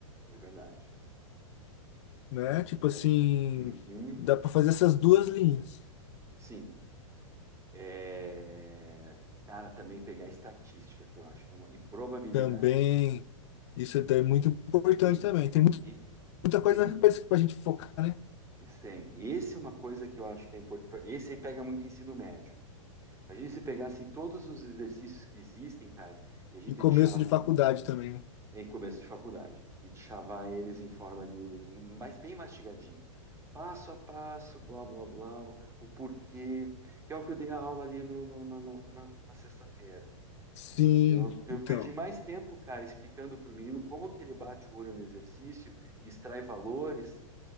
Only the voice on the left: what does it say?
Né? Tipo
assim,
dá para fazer essas duas linhas
também. Isso é muito importante
também. Tem muito-
muita coisa,
coisa para a gente focar, né?
E começo
de faculdade também, né?
Sim,
então.